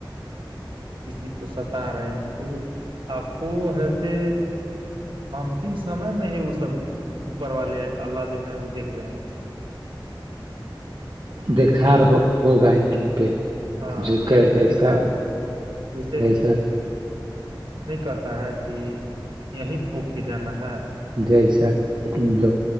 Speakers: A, on the right; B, on the right.
A: کسی کو ستا رہے ہیں تو آپ کو ایسے ام تم سمے میں ہی وہ سب اوپر والے آلہ جو ہے وہ دیکھ رہے ہیں
B: دیکھار رہ ہوگ پہ
A: ہاں
B: جو کہ
A: یہیں پہ
B: جیسا
A: دکھار ہوگا جیسے
B: جیسا
A: نہیں کہتا ہے کہ یہیں بھوک کے جانا ہے
B: جیسا لو